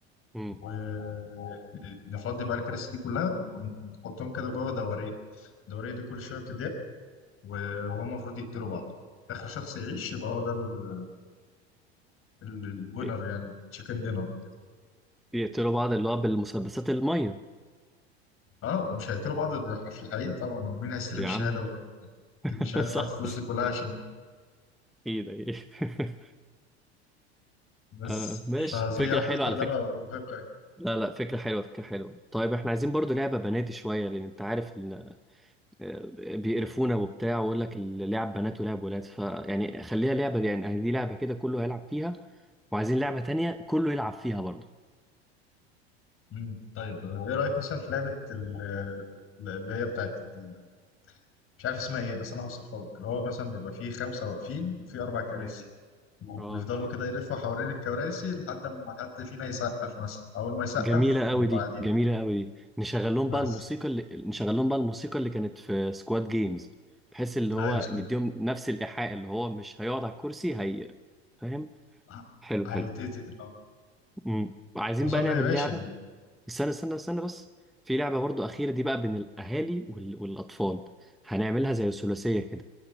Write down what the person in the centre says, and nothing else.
مم.
ي-
يقتلوا بعض اللي هو بالمسدسات المية
يا
عم
<laughs>
صح
صح
إيه ده إيه <laughs>
آه ماشي
فكرة
حلوة على
فكرة
لا لا فكرة حلوة فكرة حلوة طيب احنا عايزين برضو لعبة بناتي شوية لأن أنت عارف إن آه، بيقرفونا وبتاع ويقول لك اللعب بنات ولعب ولاد فيعني خليها لعبة دي يعني دي لعبة كده كله هيلعب فيها وعايزين لعبة تانية كله يلعب فيها برضو
مم.
اه
جميلة قوي
دي
جميلة قوي دي نشغل لهم
بقى الموسيقى اللي نشغل لهم بقى الموسيقى اللي كانت في سكواد جيمز بحيث اللي هو
نديهم نفس الإيحاء اللي هو مش هيقعد على الكرسي هي فاهم
حلو
حلو
امم عايزين
بقى نعمل
لعبة
استنى استنى استنى بس في لعبة برضو أخيرة دي بقى بين الأهالي وال... والأطفال هنعملها زي ثلاثية كده